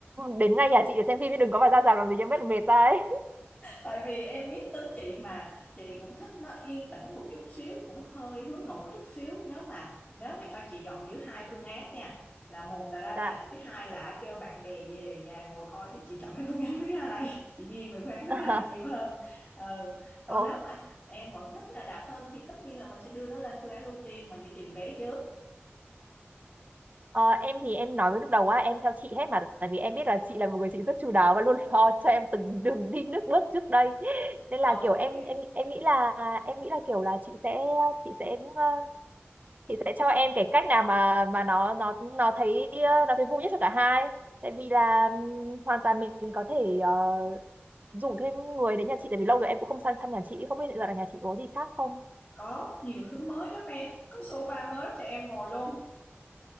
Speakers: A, on the right (about 40°); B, on the left (about 25°).
A: đến ngay nhà chị để xem phim chứ đừng có mà ra rạp làm gì cho mất mệt ra ấy.
B: tại vì em biết tính chị mà chị cũng thích nó yên tĩnh một chút xíu cũng hơi hướng nội chút xíu nếu mà nếu mà cho chị dọn giữ hai phương án nha là một
A: <laughs>
B: là ra
A: Dạ.
B: rạp với hai là kêu bạn bè về nhà ngồi coi thì chị chọn cái phương án thứ hai <laughs> chị nghiêng về phương án thứ
A: <laughs>
B: hai nhiều hơn ừ. còn
A: Ok
B: nếu mà em vẫn thích ra rạp hơn thì tất nhiên là mình sẽ đưa nó lên phương án ưu tiên mình đi tìm vé trước
A: Ờ, em thì em nói với lúc đầu á em theo chị hết mà tại vì em biết là chị là một người chị rất chu đáo và luôn <laughs> lo cho em từng đường đi nước bước trước đây nên
B: ok
A: là kiểu em em em nghĩ là em nghĩ là kiểu là chị sẽ chị sẽ ờ, chị sẽ cho em cái cách nào mà mà nó nó nó thấy ờ, nó thấy vui nhất cho cả hai tại vì là ừm, hoàn toàn mình có thể ờ, rủ thêm người đến nhà chị tại vì lâu rồi em cũng không sang thăm nhà chị không biết là nhà chị có gì khác không
B: có nhiều thứ mới lắm em có sofa mới cho em ngồi luôn